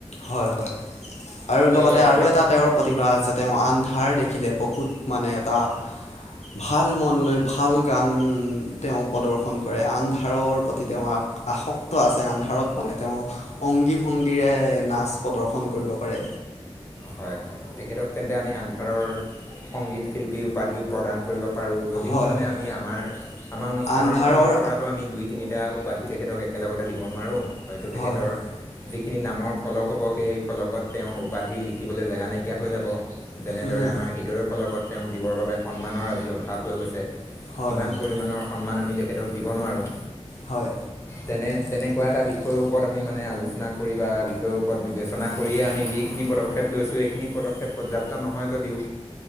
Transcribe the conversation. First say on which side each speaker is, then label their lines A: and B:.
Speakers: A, on the left; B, on the left.
A: হয় হয় আৰু লগতে
B: পদক্ষেপ
A: আৰু এটা তেওঁৰ প্ৰতিভা আছে তেওঁ আন ধাৰ দেখিলে বহুত মানে এটা ভাল মন লৈ ভাল গান তেওঁ প্ৰদৰ্শন কৰে আন ধাৰৰ প্ৰতি তেওঁ আসক্ত আছে আন্ধাৰত মানে তেওঁ অংগী ভংগীৰে নাচ প্ৰদৰ্শন কৰিব পাৰে
B: হয় হয় তেখেতক তেন্তে আমি আন্ধাৰৰ সংগীত শিল্পী উপাধিও প্ৰদান কৰিব পাৰো যদিও
A: হয়
B: মানে
A: হয়
B: আমি আমাৰ আমাৰ অনুষ্ঠানৰ
A: আন্ধাৰৰ
B: ফালৰ পৰাটো আমি দুই তিনিটা উপাধি তেখেতক একেলগতে দিব নোৱাৰোঁ হয়তো তেখেতৰ
A: হয় হয়
B: যিখিনি নামৰ ফলক হ'ব সেই ফলকত তেওঁৰ উপাধি লিখিবলৈ জেগা নাইকিয়া হৈ যাব যেনেদৰে
A: উম,
B: আমাৰ হৃদয়ৰ ফলকত তেওঁক দিবৰ বাবে সন্মানৰ আজি অভাৱ হৈ গৈছে
A: হয়
B: ইমান
A: হয়
B: পৰিমাণৰ সন্মান আমি তেখেতক দিব নোৱাৰোঁ
A: হয়
B: তেনে তেনেকুৱা এটা বিষয়ৰ ওপৰত আমি মানে আলোচনা কৰি বা বিষয়ৰ ওপৰত বিবেচনা কৰিয়েই আমি যিখিনি পদক্ষেপ লৈছো এইখিনি পদক্ষেপ পৰ্যাপ্ত নহয় যদিও